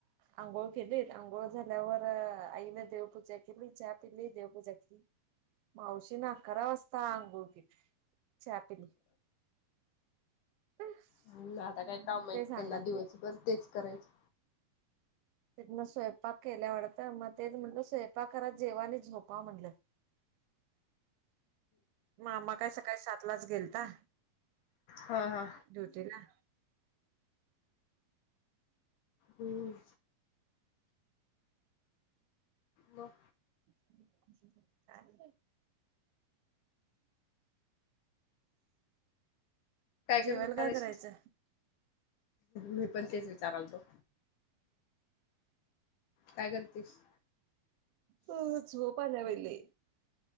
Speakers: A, on the right; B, on the left.
A: आंघोळ केली आंघोळ झाल्यावर आईनं देव पूजा केली चहा पिली देव पूजा मावशीनं आकरा वाजता अंघोळ केली, चहा पिली. <unintelligible>
B: हम्म आता काय काम हाइत
A: ते सांगाल
B: त्यांना दिवसभर तेच करायचं.
A: तेन स्वयंपाक केल्या वाडतं मग तेच म्हटलं स्वयंपाक करा जेवा आणि झोपा म्हटलं. मामा काय सकाळी सातलाचं गेलता
B: हा हा.
A: ड्युटीला.
B: हम्म. मग?
A: काय नाही. जेवायला
B: करणार
A: काय
B: आहेस
A: करायचं?
B: मी पण तेच विचारालतो. काय करतीस?
A: अ झोप आल्या बाई लई.